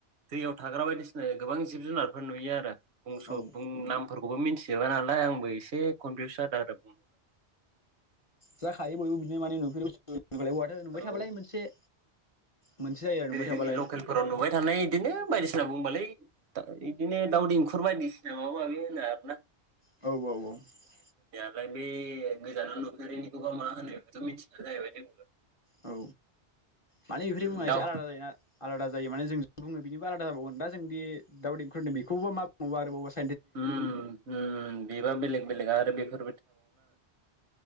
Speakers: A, on the right; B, on the left.
A: दैयाव थाग्रा बायदिसिना गोबां जिब जुनारफोर नुयो आरो। बुंस
B: औ
A: बुं नामफोर बबो मिन्थिजोबा नालाय आंबो एसे कनफिउस जादों आरो बुंनो
B: जाखायो बयबो बिदिनो मानि नुफेरै बस्तु <unintelligible> नुबाय
A: औ
B: थाबालाय मोनसे मोनसे जायो आरो नुबाय
A: जेरै
B: थाबालाय
A: जोंनि लकेलफोराव नुबाय थानाय बिदिनो बायदिसिना बुमबायलै <unintelligible> बिदिनो दाव देंखुर बायदिसिना माबा माबि होनो आरो ना।
B: औ <unintelligible>
A: लाय बे गोजानाव नुफेरिनिखौबा मा होनो बेखौथ मिथिला जाहैबाय जोंबो।
B: औ माने बेफोरनि मुङा
A: उम
B: एसे
A: दाउ
B: आलादा जायो ना आलादा जायो माने जों बुङो बिनिबो आलादा जाबावगोन दा जों दि दाव देंखुर बुङो दि बेखौबो मा बुंबाव आरोबावबा।
A: उम उम बेबा बेलेग बेलेग आरो बेफोर